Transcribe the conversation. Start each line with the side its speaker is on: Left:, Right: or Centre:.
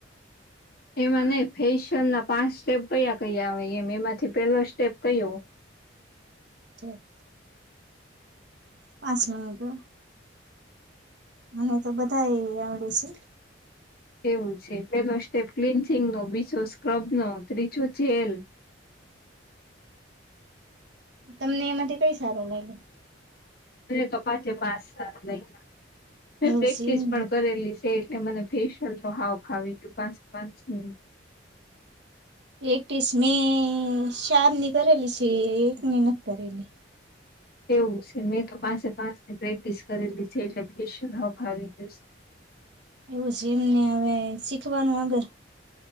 Left: એમાં નઈ ફેશિયલ ના પાંચ સ્ટેપ કયા કયા આવે એમ એમાંથી પેલો સ્ટેપ કયો.
Right: <inaudible> પાંચ મિનિટ મને તો બધા એ આવડે છે.
Left: એવું છે પેલો સ્ટેપ ક્લિન્સિંગ નો બીજો સ્ક્રબનો ત્રીજો જેલ
Right: તમને એમાંથી કઈ સારો લાગ્યો.
Left: મને તો પાંચે પાંચ સારા લાઈગા ને
Right: એવું
Left: પ્રેક્ટિસ
Right: છે એમને
Left: પણ કરેલી. તે એટલે મને ફેશિયલ નો હાવ ફાવી ગયું પાંચ પાંચ મિનિ
Right: એક્રીસ મે શાર ની કરેલી છે એકની નથી કરેલી.
Left: એવું છે મેં તો પાચે પાચ નુ પ્રેક્ટિસ કરેલી છે એટલે ફેશિયલ હાવ ફાવી ગયું છે.
Right: એવું જીમ ને હવે શીખવાનું અગર